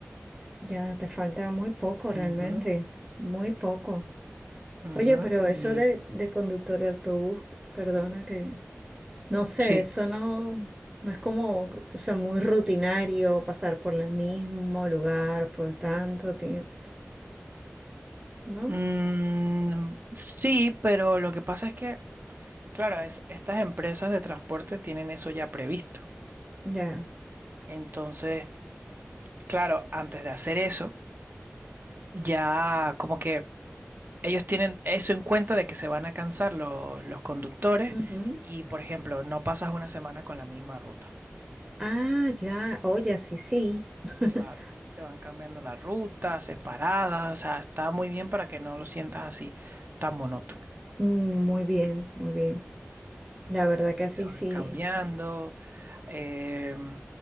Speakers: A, on the right; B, on the right.
A: Ya te falta muy poco realmente,
B: Ujú,
A: muy poco.
B: ujú,
A: Oye, pero eso
B: y
A: de, de conductor de autobús, perdona que, no sé,
B: sí.
A: eso no, no es como, o sea, muy rutinario pasar por el mismo lugar por tanto tiempo, ¿no?
B: Mm, sí, pero lo que pasa es que, claro, es- estas empresas de transporte tienen eso ya previsto.
A: Ya.
B: Entonces, claro, antes de hacer eso, ya como que ellos tienen eso en cuenta de que se van a cansar lo- los conductores
A: Ujú.
B: y, por ejemplo, no pasas una semana con la misma ruta.
A: Ah, ya, oye, sí, sí. <laughs>
B: Claro, te van cambiando la ruta, haces paradas, o sea, está muy bien para que no lo sientas así, tan monótono.
A: Mm, Muy bien, muy bien. La verdad que así
B: te van
A: sí.
B: cambiando. em,